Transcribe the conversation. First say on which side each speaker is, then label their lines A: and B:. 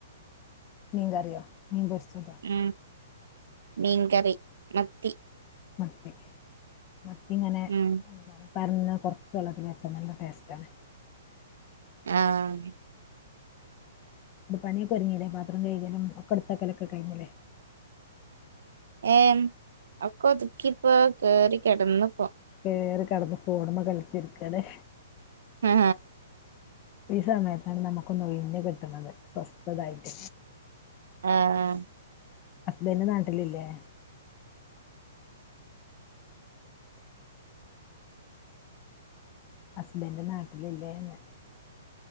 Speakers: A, on the left; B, on the right.
A: മീൻക്കറിയോ മീൻ പൊരിച്ചതോ?
B: ഉം മീൻ കറി മത്തി.
A: മത്തി മത്തിങ്ങനെ
B: ഉം
A: പ <unintelligible> കൊറച്ച് വെള്ളത്തി വെച്ചാൽ നല്ല ടേസ്റ്റ ആണ്.
B: ആഹ്
A: പണിയക്കെ ഒരിങ്ങില്ലേ പാത്രം കഴ്കലും ഒക്കെ ഇട് ത്തക്കലൊക്കെ കഴിഞ്ഞില്ലേ?
B: ഏഹ് അക്കൊതുക്കിപ്പോ കേറി കെടന്ന്പോ.
A: കേറി കെടന്ന് ഫോണ് മ്മ കളിച്ചിരിക്കലെ?
B: ആഹ്.
A: ഈ സമയത്താണ് നമുക്കൊന്ന് ഒയിഞ് കിട്ടണത് സ്വസ്ഥതായിട്ട്.
B: ആഹ്.
A: ഹസ്ബന്റ് നാട്ടിലില്ലേ? ഹസ്ബൻഡ് നാട്ടിലില്ലേന്ന്?